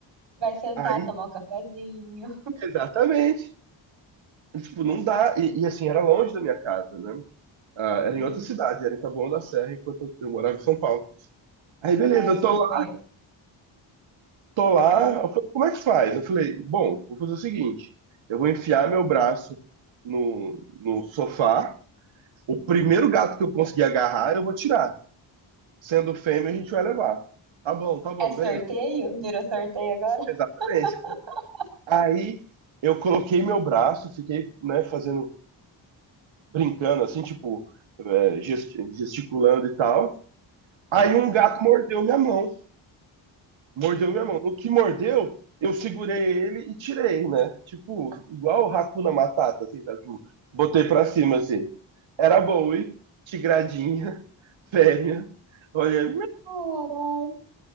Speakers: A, on the right (about 65°); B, on the right (about 80°).
A: Vai sentar,
B: Aí,
A: tomar um cafezinho.
B: exatamente. Tipo, não dá. E, e, assim, era longe da minha casa, né? Ah, era
A: Hum.
B: em outra cidade, era em Taboão da Serra, enquanto eu morava em São Paulo. Aí, beleza,
A: Ah,
B: eu
A: sei,
B: tô lá,
A: conheço.
B: tô lá.
A: É.
B: Eu falei, como é que faz? Eu falei, bom, vou fazer o seguinte: eu vou enfiar meu braço no, no sofá. O primeiro gato que eu conseguir agarrar, eu vou tirar. Sendo fêmea, a gente vai levar. Tá bom, tá bom,
A: É sorteio?
B: beleza.
A: Virou sorteio agora? <laughs>
B: Exatamente. Aí eu coloquei meu braço, fiquei, né, fazendo, brincando, assim, tipo, é, gest- gesticulando e tal. Aí
A: Uhum.
B: um gato mordeu minha mão. Mordeu
A: Eita.
B: minha mão. No que mordeu, eu segurei ele e tirei, né? Tipo, igual o Hakuna Matata, assim, tá? Tipo, botei pra cima, assim. Era Bowie, tigradinha, <laughs> fêmea. Olha,
A: Caralho.